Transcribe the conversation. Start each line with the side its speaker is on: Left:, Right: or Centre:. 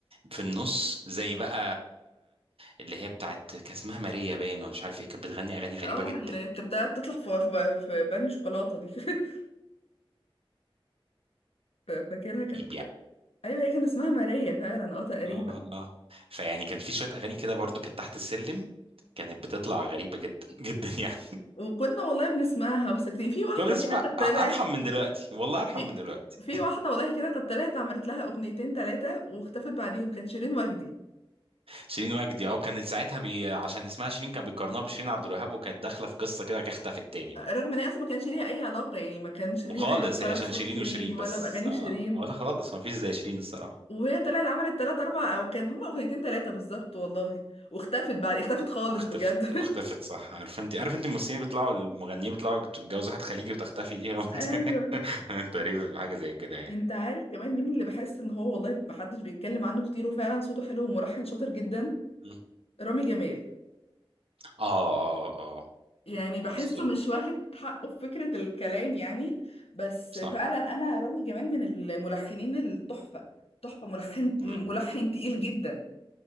Right: في النص زي بقى اللي هي بتاعت كان اسمها ماريا باين ولا مش عارف ايه كانت بتغني اغاني غريبه
Left: اه
Right: جدا
Left: اللي كانت بتاعت تطلع في في في بني شوكولاته دي <laughs> ف- فاكرها كانت
Right: يعني
Left: ايوه هي كان اسمها ماريا فعلا اه تقريبا
Right: اه آه. فيعني كان في شويه اغاني كده برضو كانت تحت السلم كانت بتطلع غريبه جدا <laughs> جدا يعني
Left: وكنا والله بنسمعها وساكتين في واحده
Right: كنا بنسمع
Left: كده كانت طلعت
Right: ارحم من دلوقتي والله ارحم
Left: في
Right: من دلوقتي
Left: في واحده والله كده كانت طلعت عملت لها اغنيتين ثلاثه واختفت بعديهم كانت شيرين وجدي
Right: شيرين وجدي اه كانت ساعتها بي... عشان اسمها شيرين كان بيقارنوها بشيرين عبد الوهاب وكانت داخله في قصه كده كانت اختفت تاني بقى
Left: رغم ان هي اصلا ما كانش ليها اي علاقه يعني ما كانش ليها
Right: وخالص
Left: اي علاقه
Right: هي
Left: لا
Right: عشان
Left: بصوت
Right: شيرين
Left: شيرين
Right: وشيرين
Left: ولا
Right: بس
Left: باغاني
Right: آه
Left: شيرين
Right: ولا خالص ما فيش زي شيرين الصراحه
Left: وهي طلعت عملت ثلاثه اربعه او كان هما اغنيتين ثلاثه بالظبط والله واختفت بعد اختفت خالص
Right: واختفت
Left: بجد
Right: واختفت صح عارف انت عارف انت الممثلين بيطلعوا المغنيين بيطلعوا تتجوز واحد خليجي وتختفي دي هو
Left: <laughs> ايوه
Right: <laughs> تقريبا حاجة زي كده يعني
Left: انت عارف كمان مين اللي بحس ان هو والله محدش بيتكلم عنه كتير وفعلا صوته حلو وملحن شاطر جدا
Right: مم.
Left: رامي جمال
Right: اه اه اه
Left: يعني بحسه
Right: بالظبط
Left: مش واخد حقه في فكرة الكلام يعني بس
Right: صح
Left: فعلا انا رامي جمال من الملحنين التحفة تحفة ملحن ملحن
Right: مم.
Left: تقيل جدا